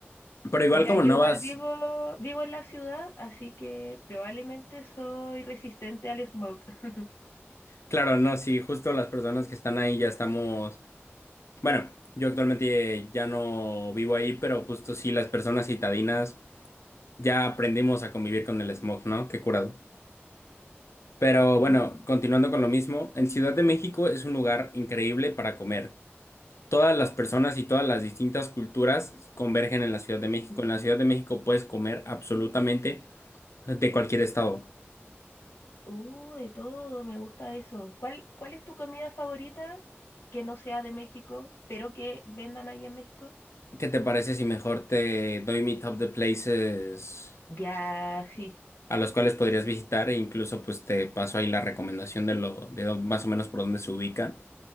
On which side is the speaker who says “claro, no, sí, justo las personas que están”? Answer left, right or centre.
Left